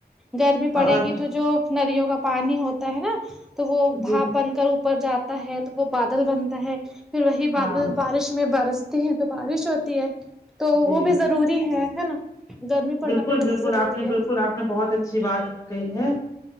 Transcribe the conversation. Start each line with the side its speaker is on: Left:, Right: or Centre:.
Centre: گرمی پڑے
Left: اور
Centre: گی تو جو ندیوں کا پانی ہوتا ہے نا تو وہ
Left: جی
Centre: بھاپ بن کر اپ جاتا ہے تو وہ بادل بنتا ہے پھر وہی
Left: ہاں
Centre: بادل بارش میں برس ہیں تو بارش ہوتی ہے تو
Left: جی
Centre: وہ
Left: جی
Centre: بھی ضروری ہے ہے نا گرمی پڑنا
Left: بالکل
Centre: بھی بہت
Left: بالکل
Centre: ضروری
Left: آپ نے
Centre: ہے
Left: بالکل آپ نے بہت اچھی بات کہی ہے